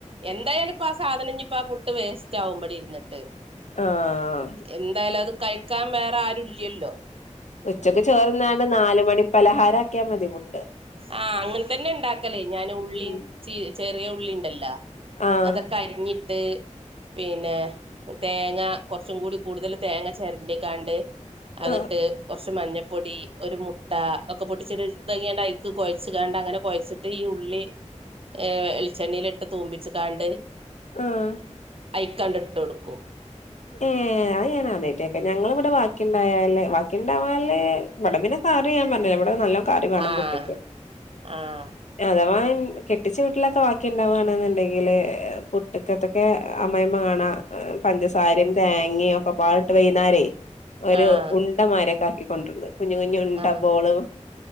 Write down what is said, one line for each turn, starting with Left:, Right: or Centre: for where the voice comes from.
Right: എന്തായാലും ഇപ്പ ആ സാധനം ഇനിയിപ്പ, ആ പുട്ട് വേസ്റ്റ് ആവും ഇവിടെ ഇരിന്നിട്ട്.
Left: ആഹ്
Right: എന്തായാലും അത് കഴിക്കാൻ വേറെ ആരും ഇല്ല്യല്ലോ.
Left: ഉച്ചക്ക് ചൊർ തിന്നാണ്ട് നാല് മണി പലഹാരം ആക്കിയാൽ മതി പുട്ട്
Right: ആഹ് അങ്ങനെ തന്നെ ഇണ്ടാക്കലേ ഞാൻ ഉള്ളീ
Left: ഉം
Right: ചീ ചെറിയ ഉള്ളി ഇണ്ടല്ല
Left: ആഹ്
Right: അതൊക്കെ അരിഞ്ഞിട്ട് പിന്നെ തേങ്ങ കുറച്ചും കൂടി കൂടുതൽ തേങ്ങ ചിരണ്ടിക്കാണ്ട് അതിട്ട്
Left: ആഹ്
Right: കുറച്ച് മഞ്ഞപ്പൊടി ഒരു മുട്ട ഒക്കെ പൊട്ടിച്ചിട്ട് ഇതങ്ങിയ ഐക്ക് കുഴച്ച് കണ്ട് അങ്ങനെ കൊഴച്ചിട്ട് ദെ ഈ ഉള്ളി ഏ വെളിച്ചെണ്ണിയിൽ ഇട്ട് തൂമ്പിച്ച കാണ്ട്
Left: ആഹ്
Right: അയ്ക്കാണ്ട് ഇട്ട് കൊടുക്കും
Left: ഏ, അത് ഞാനാദ്യായിട്ട് കേക്ക. ഞങ്ങൾ ഇവിടെ ബാക്കിയുണ്ടായാല് ബാക്കി ഉണ്ടാവാല്, ഇവിടെ പിന്നെ കറി ഞാൻ പറഞ്ഞില്ലേ ബടെ നല്ലോം കറി വേണം
Right: ആഹ്
Left: പുട്ട്ക്ക്
Right: ആഹ്
Left: അഥവാ കെട്ടിച്ച വീട്ടിലൊക്കെ വാക്കി ഉണ്ടാവുകവാണെന്നുണ്ടെങ്കില് പുട്ടക്കെ ഒക്കെ അമ്മായിമ്മ കാണാ പഞ്ച സാരം തേങ്ങിം ഒക്കെ പാടിട്ട് വൈകുന്നേരേ ഒരു
Right: ആഹ്
Left: ഉണ്ടമാരിക്കെ ആക്കി കൊണ്ടുവന്നിണ്ട്. കുഞ്ഞു കുഞ്ഞു ഉണ്ട
Right: ആഹ്
Left: ബോള്